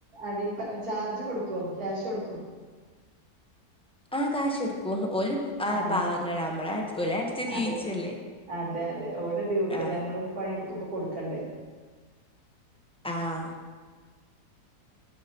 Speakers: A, on the right; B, in the centre.
A: അടി ചാർജ് കൊട് ക്കോ ക്യാഷ് കൊട് ക്കോ?
B: ആ കാശ് എട് ക്കും ഓല് ആ
A: ആഹ്
B: പാവങ്ങളാ അമ്മളട് ഓലട്ച്ച്
A: അതെ
B: ജീവിച്ചല്ലേ.
A: അതെ അതെ ഓല ഡ്യൂട്ടി
B: ആ
A: അല്ലേ അമ്മള് പണിട്ക്കുമ്പൊ കൊടുക്കണ്ടേ
B: ആഹ്